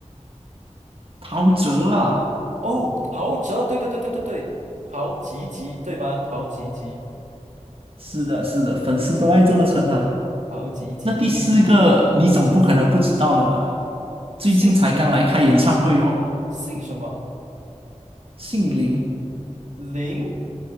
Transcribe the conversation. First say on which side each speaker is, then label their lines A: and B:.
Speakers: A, on the right; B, on the right.
A: 陶喆啊，
B: 哦，陶喆，对对对对对对，陶吉吉对吗？陶吉吉，
A: 是的，是的，粉丝都爱这么称他。
B: 陶吉吉，
A: 那第四个，你总不可能不知道了吧？最近才刚来开演唱会哦，
B: 姓姓什么？
A: 姓林，
B: 林